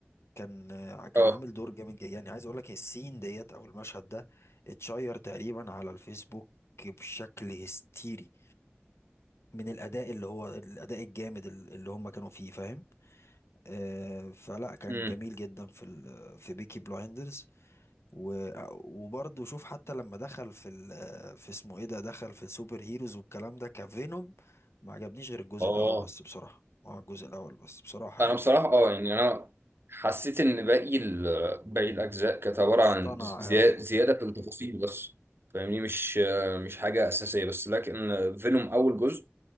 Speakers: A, on the left; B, on the right.
A: كان آه، كان
B: اه
A: عامل دور جامد جدا يعني عايز اقول لك السين ديت او المشهد ده اتشير تقريبا على الفيسبوك بشكل هستيري من الاداء اللي هو الاداء الجامد ال- اللي هم كانوا فيه فاهم آه فلا كان
B: امم
A: جميل جدا في ال- في بيكي بلايندرز و- وبرضه شوف حتى لما دخل في ال- في اسمه ايه ده دخل في السوبر هيروز والكلام ده كفينوم ما عجبنيش غير الجزء
B: اه
A: الاول بس بصراحة ما هو الجزء الاول بس بصراحة
B: انا
A: يعني
B: بصراحه اه يعني انا حسيت ان باقي ال- باقي الاجزاء كانت عباره
A: مصطنع
B: عن زياده
A: قوي
B: زياده في التفاصيل بس فاهمني مش مش حاجه اساسيه بس لكن فينوم اول جزء